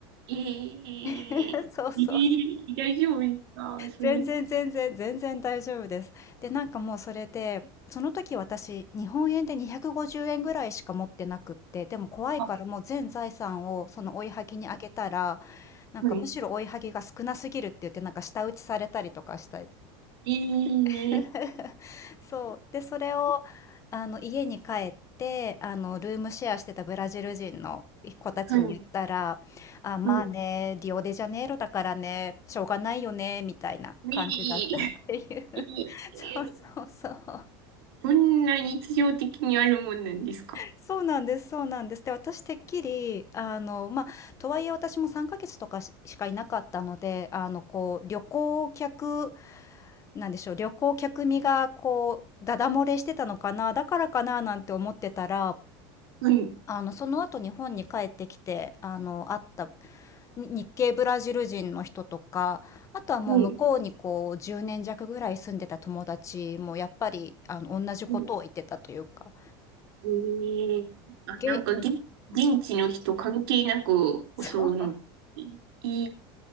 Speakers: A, on the right; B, on the left.
A: い。えー、
B: <laughs> そうそう
A: ええ大丈夫ですかそれで。
B: 全然全然全然大丈夫です。で、なんかもうそれで、その時私、日本円で250円ぐらいしか持ってなくって、でも怖いからもう全財産をその追いはぎにあげたら、
A: あ、
B: なんかむしろ追いはぎが少なすぎるって言って、
A: はい。
B: なんか舌打ちされたりとかした
A: ええ
B: <laughs> そう。で、それを、あの、家に帰って、あの、ルームシェアしてたブラジル人の子たちに言ったら、
A: はい、
B: あ、まあね、
A: はい。
B: リオデジャネイロだからね、しょうがないよね、みたいな感じだったっていう。
A: えー、
B: <laughs>
A: えー。
B: そうそうそう。
A: こんな日常的にあるもんなんですか
B: そうなんです、そうなんです。で、私てっきり、あの、まあ、とはいえ私も3ヶ月とかししかいなかったので、あの、こう、旅行客、なんでしょう、旅行客身が、こう、ダダ漏れしてたのかな、だからかな、なんて思ってたら、
A: はい、
B: あの、その後日本に帰ってきて、あの、会ったに日系ブラジル人の人とか、あとはもう向こうにこう、
A: はい。
B: 10年弱ぐらい住んでた友達も、やっぱり、あの、同じことを言ってたというか、
A: うんえーあ、
B: げ
A: なんか、現現地の人関係なく襲うん。
B: そう。
A: えー